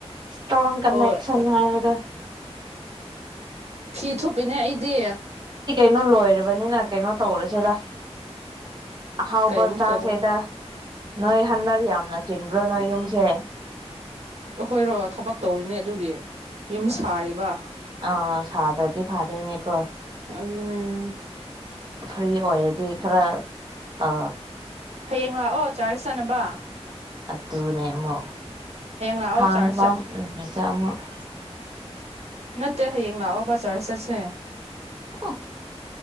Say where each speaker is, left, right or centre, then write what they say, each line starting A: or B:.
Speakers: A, on the right (about 40°); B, on the right (about 75°).
A: ꯁꯇ꯭ꯔꯣꯡ ꯀꯅꯦꯛꯁꯟ
B: ꯍꯣꯏ
A: ꯍꯥꯏꯕꯗꯣ
B: ꯐꯤ ꯊꯨꯞꯄꯤꯅꯦ ꯑꯩꯗꯤ
A: ꯅꯪ ꯂꯣꯏꯔꯕꯅꯤꯅ ꯀꯩꯅꯣ ꯇꯧꯔꯁꯤꯔ ꯑꯍꯥꯎꯕ
B: ꯀꯩ ꯑꯃꯨꯛ
A: ꯆꯥꯁꯦꯗ
B: ꯇꯧꯗꯣꯏꯅꯣ
A: ꯅꯣꯏ ꯍꯟꯗꯛ ꯌꯥꯝꯅ ꯆꯤꯟꯕ꯭ꯔꯣ ꯅꯣꯏ ꯌꯨꯝꯁꯦ
B: ꯑꯩꯈꯣꯏꯔꯣ ꯊꯕꯛ ꯇꯧꯔꯤꯅꯦ ꯑꯗꯨꯒꯤ ꯌꯨꯝ
A: ꯑꯁ
B: ꯁꯥꯔꯤꯕ
A: ꯑꯥ ꯁꯥꯗ꯭ꯔꯗꯤ ꯐꯥꯗꯧꯅꯦꯀꯣ
B: <unintelligible>
A: ꯐ꯭ꯔꯤ ꯑꯣꯏꯔꯗꯤ ꯈꯔ ꯑ
B: ꯍꯌꯦꯡ ꯂꯥꯛꯑꯣ ꯆꯥꯔꯖ ꯆꯥꯠꯅꯕ
A: ꯑꯗꯨꯅꯦ ꯑꯃ
B: ꯂꯥꯛꯑꯣ
A: ꯍꯥꯡꯕꯝ
B: ꯆꯥꯔꯖ ꯆꯠ
A: ꯂꯩꯇ ꯑꯃꯨꯛ <inaudible>
B: ꯅꯠꯇꯦ ꯍꯌꯦꯡ ꯂꯥꯛꯑꯣ ꯕ ꯖꯔꯁ ꯆꯠꯁꯦ
A: ꯍ